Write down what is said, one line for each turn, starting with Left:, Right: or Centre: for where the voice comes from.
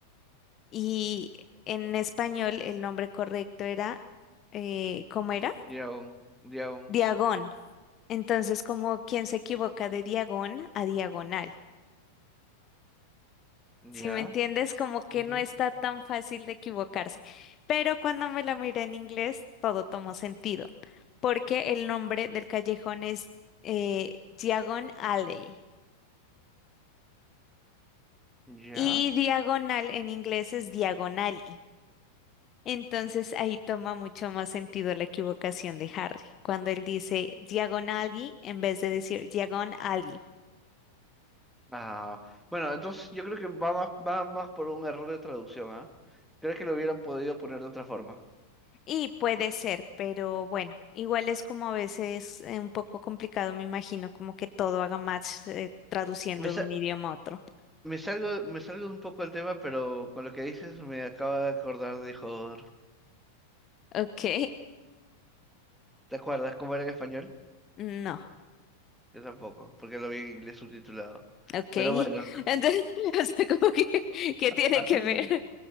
Left: Y en español el nombre correcto era, eh, ¿cómo era?
Centre: Ya, un- ya, un-
Left: Diagón. Entonces, como quien se equivoca de diagón a diagonal.
Centre: ya,
Left: Si me entiendes, como que
Centre: ujú,
Left: no está tan fácil de equivocarse. Pero cuando me la miré en inglés, todo tomó sentido, porque el nombre del callejón es eh, Diagon Alley
Centre: ya.
Left: y diagonal en inglés es diagonally. Entonces ahí toma mucho más sentido la equivocación de Harry, cuando él dice diagonally en vez de decir diagon alley.
Centre: Ah, bueno, entonces yo creo que va más, va más por un error de traducción, ¿ah? Creo que lo hubieran podido poner de otra forma.
Left: Y puede ser, pero bueno, igual es como a veces eh, un poco complicado, me imagino, como que todo haga match eh, traduciendo
Centre: Me, sa-
Left: de un idioma a otro.
Centre: me salgo, me salgo un poco del tema, pero con lo que dices me acabo de acordar de Hodor.
Left: Ok,
Centre: ¿Te acuerdas cómo era en español?
Left: no,
Centre: Yo tampoco, porque lo vi en inglés subtitulado.
Left: ok.
Centre: Pero
Left: <laughs>
Centre: bueno,
Left: Entonces, <laughs> o sea, como que, ¿qué tiene
Centre: <laughs>
Left: que ver?